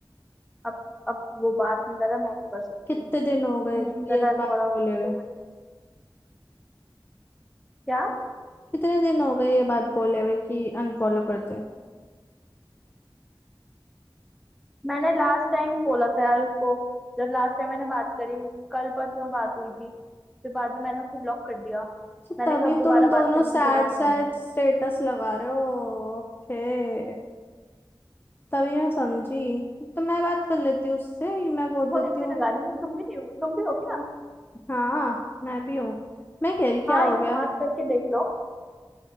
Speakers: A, in the centre; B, on the left.
A: अब अब वो बात नहीं कर रहा मैं भी कर सकती
B: कितने
A: हूँ
B: दिन हो गए
A: नहीं कर
B: ये
A: रहा
B: इस
A: अनफॉलो
B: बात बोले
A: नहीं करे
B: हुए
A: भाई क्या
B: कितने दिन हो गए ये बात बोले हुए कि अनफॉलो कर दे
A: मैंने लास्ट टाइम बोला था यार उसको जब लास्ट टाइम मैंने बात करी कल परसों में बात हुई थी फिर बाद में मैंने उसको ब्लॉक कर दिया
B: अच्छा,
A: मैंने कहा
B: तभी
A: अब दोबारा
B: तुम दोनों
A: बात करने
B: सैड
A: की जरूरत
B: सैड
A: नहीं है
B: स्टेटस लगा रहे हो ओके तभी मैं समझी तो मैं बात कर लेती हूँ उससे मैं बोल
A: वो
B: देती
A: टाइम में
B: हूँ
A: लगा रही थी तुम भी नहीं हो तुम भी हो क्या
B: हाँ मैं भी हूँ मैं कह रही
A: हाँ
B: क्या हो
A: एक बार
B: गया
A: बात करके देख लो